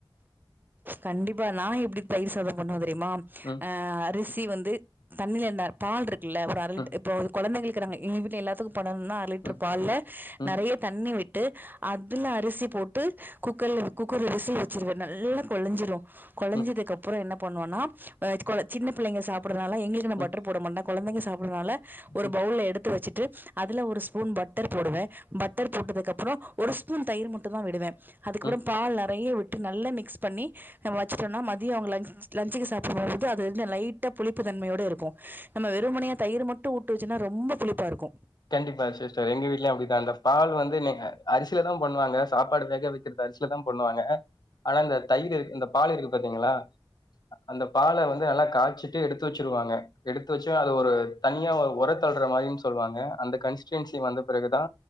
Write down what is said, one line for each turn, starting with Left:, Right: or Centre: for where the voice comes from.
Right: கண்டிப்பா நா எப்டி தயிர் சாதோ பண்ணுவ தெரியுமா
Left: ம்,
Right: ஆ அரிசி வந்து தண்ணீல என்ன பால் ருக்குல்ல ஒரு அர லிட்
Left: ம்,
Right: இப்போ கொழந்தைங்களுக்கு நாங்க எங்க வீட்ல எல்லாத்துக்கு பண்ணணுனா லிட்ரு
Left: ம்,
Right: பால்ல
Left: ம்,
Right: நறைய தண்ணி விட்டு அதுல அரிசி போட்டு குக்கர்ல குக்கர்ல விசில் வெச்சிருவ நல்ல கொலைஞ்சிடு கொலைஞ்சதுக்கு
Left: ம்,
Right: அப்பறோ என்ன பண்ணுவோனா அ கொழ சின்ன பிள்ளைங்க சாப்படறனால எங்களுக் கு நா
Left: ம்,
Right: பட்டர் போடமாட்ட கொழந்திங்க சாப்படறனால ஒரு
Left: ம்,
Right: பவுல்ல எடுத்து வச்சிட்டு அதுல ஒரு ஸ்பூன் பட்டர் போடுவ பட்டர் போட்டதுக்கு அப்பறோ ஒரு ஸ்பூன் தயிரு மட்டு தா விடுவ அதுக்கப்பறோ
Left: ம்.
Right: பால் நறைய விட்டு நல்லா மிக்ஸ் பண்ணி நம்ம வச்சுட்டோனா மதியோ அவுங்க லன்ச் லன்சுக்கு சாப்புடும்போது அது வந்து லைட்டா புளிப்பு தன்மையோடு இருக்கு நம்ம வெறுமனையா தயிரு மட்டு ஊட்டு வெச்சுனா ரொம்ப புளிப்பா இருக்கு
Left: கண்டிப்பா சிஸ்டர் எங்க வீட்லயு அப்படிதா அந்த பால் வந்து நீங்க அரிசீல தா பண்ணுவாங்க சாப்பாடு வேக வேக வெக்கிற இந்த அரிசில தா பண்ணுவாங்க அனா இந்த தயிரு இந்த பால் இருக்கு பாத்திங்களா அந்த பால வந்து நல்லா காச்சிட்டு எடுத்து வெச்சிருவாங்க எடுத்து வெச்சு அது ஒரு தனியா ஒரத்தள்ளுற மாரின்னு சொல்லுவாங்க அந்த கன்ஸ்டன்சி வந்த பிறகுதா